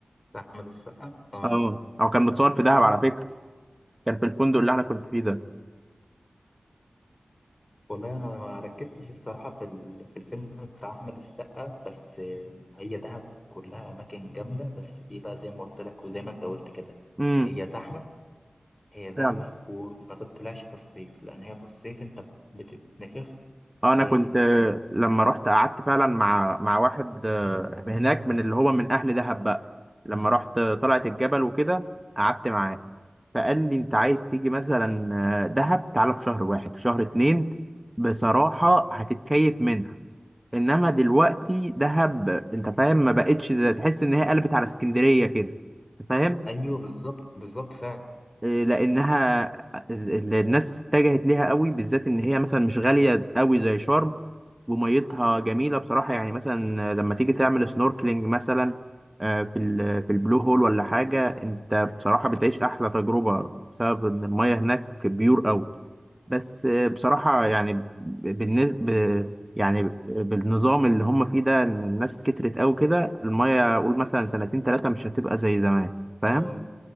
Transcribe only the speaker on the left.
بتاع احمد السقا اه
والله انا ما ركزتش الصراحه في ال... في الفيلم بتاع احمد السقا بس آه، هي دهب كلها اماكن جامده بس دي بقى زي ما قلت لك وزي ما انت قلت كده
هي زحمه هي زحمه
وما تطلعش في الصيف لان هي في الصيف انت بتتنفخ
و...
ايوه بالظبط بالظبط فعلا
آه